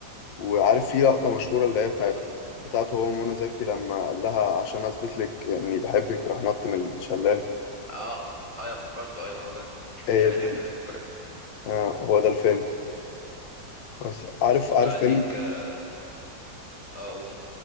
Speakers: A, on the left; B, on the left.
A: وعارف في لقطة مشهورة اللي هي بتاعت
B: اه
A: بتاعته هو ومنى زكي لما قال لها عشان أثبت لك إني بحبك وراح نط من الشلال
B: اه ايوه افتكرته ايوه هو ده <laughs>
A: هي
B: الحتة
A: دي
B: دي فكرتني
A: آه هو ده الفيلم بس عارف
B: طب
A: عارف
B: تعال
A: فيلم
B: ليك اه آه، اقول